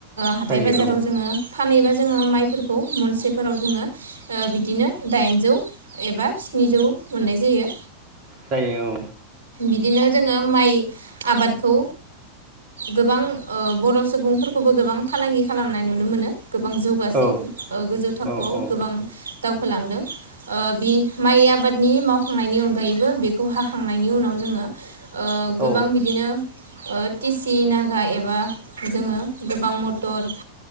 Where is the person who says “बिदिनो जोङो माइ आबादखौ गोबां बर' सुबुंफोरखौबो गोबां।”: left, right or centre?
Right